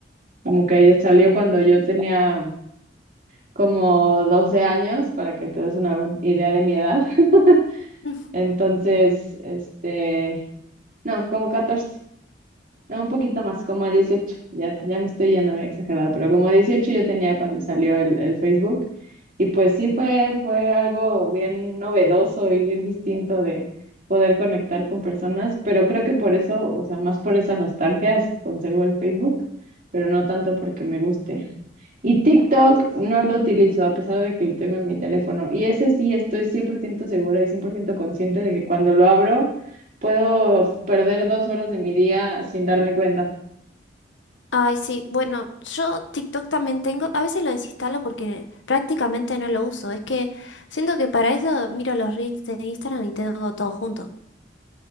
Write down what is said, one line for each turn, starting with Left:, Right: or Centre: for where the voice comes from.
Right: Como que ella salió cuando yo tenía como 12 años, para que te des una idea de mi edad. <laughs>
Left: Mm.
Right: Entonces, este, no, como catorce No, un poquito más, como a dieciocho Ya, ya me estoy yendo muy exagerada, pero como a 18 yo tenía cuando salió el, el Facebook. Y pues sí fue, fue algo bien novedoso y bien distinto de poder conectar con personas, pero creo que por eso, o sea, más por esa nostalgia es que conservo el Facebook, pero no tanto porque me guste. Y TikTok no lo utilizo, a pesar de que lo tengo en mi teléfono. Y ese sí estoy 100% segura y 100% consciente de que cuando lo abro puedo perder dos horas de mi día sin darme cuenta.
Left: Ay, sí. Bueno, yo TikTok también tengo. A veces lo desinstalo porque prácticamente no lo uso. Es que siento que para eso miro los reels de Instagram y tengo todo junto.